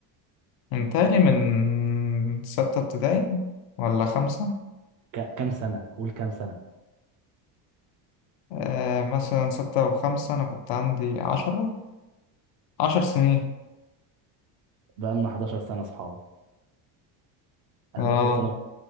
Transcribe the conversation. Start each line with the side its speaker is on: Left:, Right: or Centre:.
Left: انتهي من ستة ابتدائي ولا خمسة
Right: ك- كام سنه قول كام سنه
Left: آه مثلا ستة وخمسة أنا كنت عندي عشرة عشر سنين
Right: بقى لنا 11 سنه اصحاب 11
Left: آه
Right: سنه